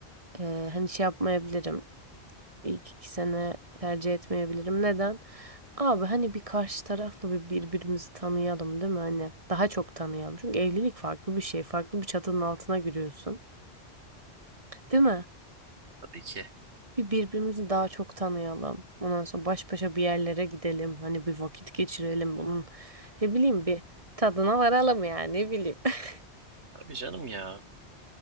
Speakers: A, on the right; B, on the right.
A: e, hani şey yapmayabilirim. İlk iki sene tercih etmeyebilirim. Neden? Abi hani bir karşı tarafla bir birbirimizi tanıyalım değil mi? Hani daha çok tanıyalım. Çünkü evlilik farklı bir şey. Farklı bir çatının altına giriyorsun. Değil mi?
B: Tabii ki.
A: Bir birbirimizi daha çok tanıyalım. Ondan sonra baş başa bir yerlere gidelim. Hani bir vakit geçirelim bunun. Ne bileyim bir tadına varalım yani ne bileyim. <laughs>
B: Tabii canım ya.